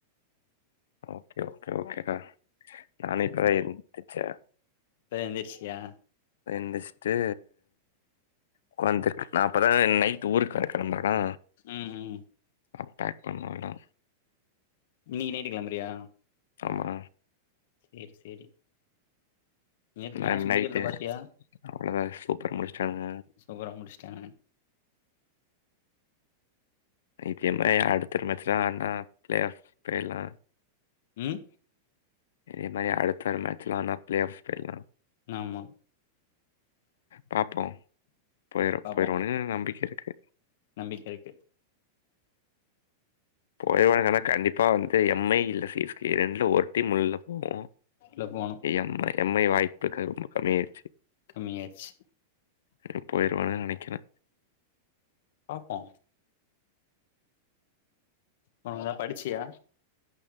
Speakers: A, on the left; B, on the left.
A: ஓகே ஓகே ஓகேடா நானு இப்பதா எந்திரிச்சே
B: இப்பதா எந்திரிச்சியா
A: எந்திச்ட்டு உக்காந்துருக் நா இப்பதான நை ட்டு ஊருக்கு வேற கெளம்புனாறா
B: ம் ம்
A: அ பேக் பண்ண வாடா
B: இன்னைக்கி நைட்டு கெளம்புறியா
A: ஆமா
B: சேர் சேரி நேத்து
A: நாளைக்
B: மேட்ச் முடிக்கிறத
A: நைட்டு
B: பாத்தியா?
A: அவ்ளதா சூப்பர் முடிச்சட்டாங்க
B: சூப்பரா முடிச்ட்டாங்க
A: இப்ப இதே மாரி அடுத்த வர மேட்ச் ஆடுனா பிளே ஆஃப் போயிரலா
B: உம்
A: ஏன்னா ஏ அடுத்த மேட்ச்லா தா பிளே ஆஃப்ட் எல்லா
B: ஆமா
A: பாப்போ போயிர்
B: பாப்போம்.
A: போயிருவோனு நம்பிக்க இருக்கு
B: நம்பிக்க இருக்கு
A: போயிருவோ இல்ல கண்டிப்பா வந்து எம்ஐ இல்ல சிஸ்கே ரெண்டுல ஒரு டீம் வெளில போகு
B: உள்ள போணும்.
A: எம் எம்ஐ வாய்ப்பு ரொம்ப கம்மியாயிருச்சு
B: கம்மி யாச்சு
A: இனி போயிருவே நெனைக்கிறே
B: பாப்போ மொதல படிச்சியா